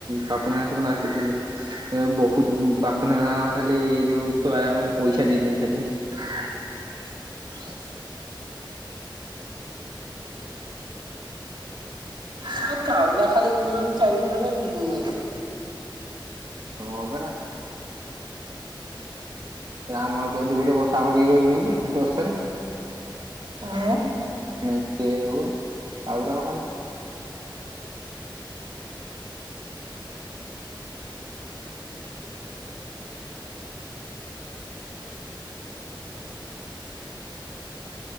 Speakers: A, on the right; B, on the right.
A: ପାପୁନା ଗୁରା ସବୁ ନାଚୁଥିଲେ। ବହୁତୁ ପାପୁନା ଖାଲି ଏଇ ଯୋଉ ଛୁଆର ପଇସା ଦେଇଛନ୍ତି ଖାଲି
B: ଆ ହ କାଉ ଗୁରା ଖାଲି ବୁଲୁଛନ୍ତି ଚାରିପଟ ଯାକ <unintelligible>
A: ହଁ ପରା। ଆମର ତ ଏଇଠି ଗୋଟେ ବସା କରିକି ରହିଛନ୍ତି ଗଛରେ।
B: ହଁ।
A: ମେଚେ ଆଉ କାଉ ଗୁରା ଖାଲି।